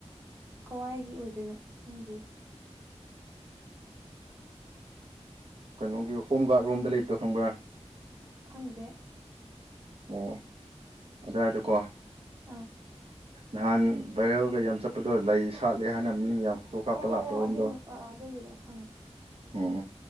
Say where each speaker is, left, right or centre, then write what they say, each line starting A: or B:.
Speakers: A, on the right (about 25°); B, on the right (about 55°).
A: ꯀꯋꯥꯏꯒꯤ ꯑꯣꯏꯗꯣꯏꯅꯣ ꯈꯪꯗꯦ
B: ꯀꯩꯅꯣꯒꯤ ꯍꯣꯝ ꯒꯥꯔꯗ ꯔꯣꯝꯗ ꯂꯩꯕꯗꯣ ꯈꯪꯕ꯭ꯔꯥ
A: ꯈꯪꯗꯦ
B: ꯑꯣ ꯑꯗꯨꯏꯗꯀꯣ
A: ꯑꯥ
B: ꯅꯍꯥꯟ ꯚꯥꯏꯔꯦꯜꯒ ꯌꯥꯝ ꯆꯠꯄꯗꯣ ꯂꯩ ꯁꯥꯠꯂꯦ ꯍꯥꯏꯅ ꯃꯤ ꯃꯌꯥꯝ ꯐꯣꯇꯣ ꯀꯥꯞꯄ
A: ꯑꯣ ꯑꯣ
B: ꯂꯥꯛꯄꯔꯣꯝꯗꯣ
A: ꯑꯣ ꯑꯗꯨꯏ ꯑꯗꯨꯒꯤꯗꯣ ꯈꯪꯉꯦ
B: ꯎꯝ